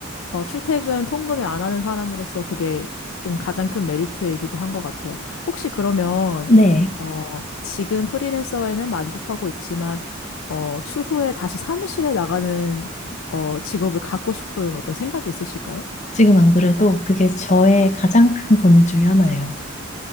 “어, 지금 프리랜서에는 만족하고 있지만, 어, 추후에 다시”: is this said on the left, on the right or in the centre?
Left